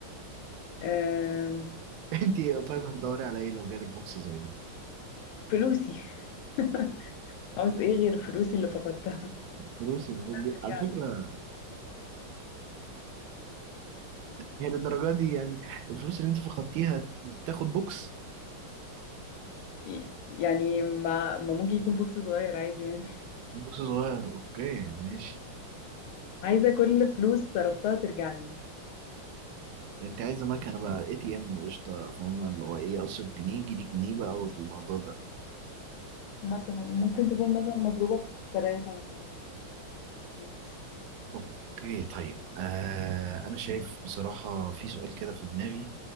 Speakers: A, on the left; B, on the right.
A: آم،
B: <laughs> انتي طيب هتدوري على ايه لو جالك بوكس زي ده
A: فلوسي <laughs> عاوز ايه غير فلوسي اللي فقدتها
B: فلوسي
A: <laughs> رجعت
B: على فكره هي للدرجة دي يعني الفلوس اللي انت فقدتيها تاخد بوكس
A: ي- يعني ما ما ممكن يكون بوكس صغير عايز يعني
B: بوكس صغير اوكي ماشي
A: عايزة كل فلوس صرفتها ترجع لي
B: انت عايزة مكنة بقى اي تي ام قشطة فاهمة اللي هو ايه اصرف جنيه يجي لي جنيه بقى والموضوع ده
A: مثلا ممكن تكون مثلا مضروبة في ثلاثة ولا أربعة ماشي
B: اوكي طيب آه انا شايف بصراحة في سؤال كده في دماغي